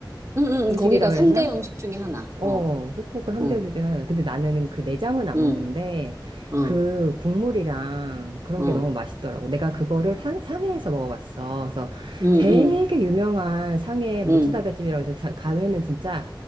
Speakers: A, on the right; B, on the right.
A: 응, 응, 응.
B: 음식이라
A: 거기가 3대
B: 그랬나?
A: 음식 중에 하나.
B: 어,
A: 어,
B: 후쿠오카 삼대
A: 응,
B: 요리 중에 하나야. 근데 나는 그 내장은 안
A: 응,
B: 먹는데
A: 어,
B: 그 국물이랑 그런
A: 어,
B: 게 너무 맛있더라고. 내가 그거를 한, 상해에서 먹어봤어. 그래서
A: 응,
B: 되게
A: 응,
B: 유명한 상해 모츠나베집이라고
A: 응,
B: 해서 자- 가면은 진짜